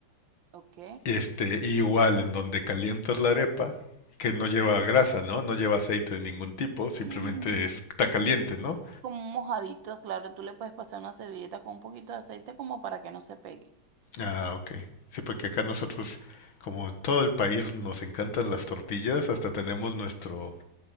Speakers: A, on the right; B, on the left.
A: Ok.
B: Este, igual en donde calientas la arepa, que no lleva grasa, ¿no? No lleva aceite de ningún tipo, simplemente
A: Mm,
B: está caliente, ¿no?
A: como un mojadito, claro, tú le puedes pasar una servilleta con un poquito de aceite como para que no se pegue.
B: Ah, ok. Sí, porque acá nosotros, como todo el país, nos encantan las tortillas, hasta tenemos nuestro